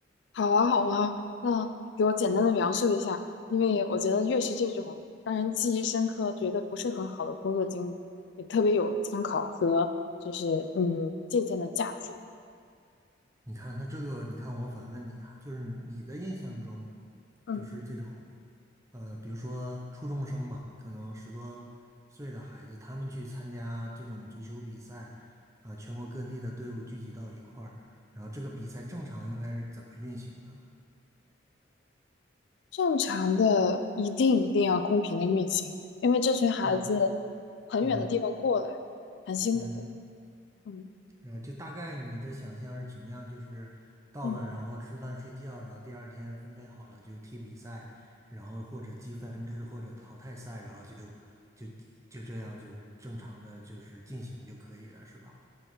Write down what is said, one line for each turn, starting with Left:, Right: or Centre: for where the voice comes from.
Left: 好啊，好啊，那给我简单的描述一下，因为我觉得越是这种让人记忆深刻、觉得不是很好的工作经历，也特别有参考和就是嗯借鉴的价值。
Right: 你看他这个，你看我反问你啊，就是你的印象中，
Left: 嗯，
Right: 就是这种，呃，比如说初中生吧，可能十多岁的孩子，他们去参加这种足球比赛，啊、全国各地的队伍聚集到一块儿，然后这个比赛正常应该是怎么运行的呢？
Left: 正常的一定一定要公平的运行，因为这群孩子
Right: 对。
Left: 很远的地方过来，
Right: 嗯
Left: 很辛苦。
Right: 嗯。
Left: 嗯
Right: 然后就大概你的想象是怎么样？就是到了，
Left: 嗯。
Right: 然后吃饭睡觉，然后第二天分配好了就踢比赛，然后或者积分制或者淘汰赛，然后就就就这样就是正常的就是进行就可以了，是吧？